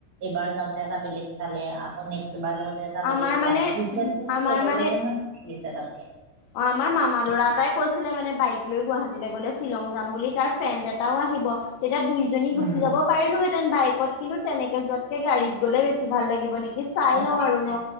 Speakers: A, on the right; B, on the left.
A: এইবাৰ যাওঁতে এটা বেলেগ চালে আকৌ নেক্সট এবাৰ যাওঁ টো এটা বেলেগ
B: আমাৰ
A: চাই
B: মানে
A: উফটো মোৰ
B: আমাৰ
A: লগৰ
B: মানে
A: কেইজনমান আহিছে তাতে।
B: অ আমাৰ মামা ল'ৰা এটাই কৈছিলে মানে বাইক লৈ গুৱাহাটীলৈ গ'লে শ্বিলং যাম বুলি তাৰ ফ্ৰেণ্ড এটাও আহিব। তেতিয়া দুই এজনী
A: উম
B: গুচি যাব পাৰিলোহেঁতেন বাইকত কিন্তু তেনেকে যোৱাতকৈ গাড়ীত গ'লে বেছি ভাল লাগিব নে কি চাই
A: অ
B: লওঁ আৰু। ন